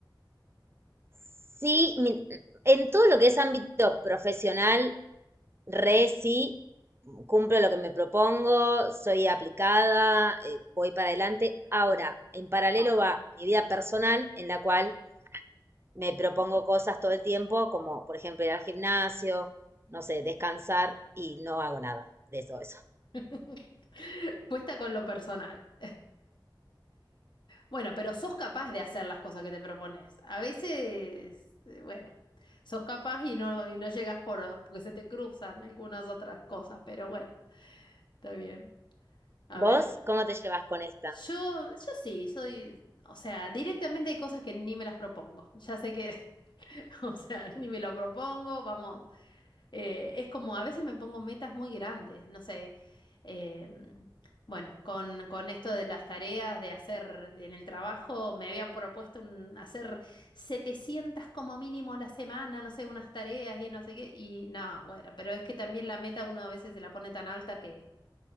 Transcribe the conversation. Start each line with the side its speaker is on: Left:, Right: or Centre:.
Right: Sí, mi- en todo lo que es ámbito profesional re sí, cumplo lo que me propongo, soy aplicada, eh, voy para adelante. Ahora,
Left: Ah.
Right: en paralelo va mi vida personal, en la cual me propongo cosas todo el tiempo, como por ejemplo ir al gimnasio, no sé, descansar y no hago nada de eso, eso.
Left: <laughs> Cuesta con lo personal. <laughs> Bueno, pero sos capaz de hacer las cosas que te propones. A veces, eh, bueno, sos capaz y no, y no llegas por, porque se te cruzan algunas otras cosas, pero bueno, está bien. A
Right: ¿Vos
Left: ver,
Right: cómo te llevas con esta?
Left: yo, yo sí, soy, o sea, directamente hay cosas que ni me las propongo. Ya sé que <laughs> O sea, ni me lo propongo, vamos. Eh, es como, a veces me pongo metas muy grandes, no sé. em, bueno, con, con esto de las tareas de hacer en el trabajo, me había propuesto un- hacer 700 como mínimo a la semana, no sé, unas tareas y no sé qué. Y no, bueno, pero es que también la meta uno a veces se la pone tan alta que,